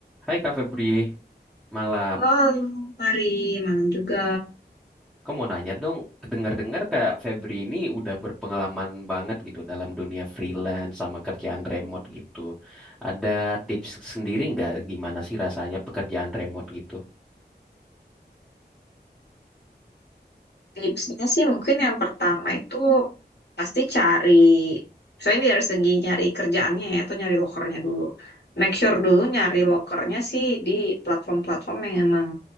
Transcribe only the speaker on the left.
Halo, Fari. Malam juga.
Tipsnya sih mungkin yang pertama itu pasti cari, soalnya ini dari segi nyari kerjaannya ya, atau nyari lokernya dulu. Make sure dulu nyari lokernya sih di platform-platform yang emang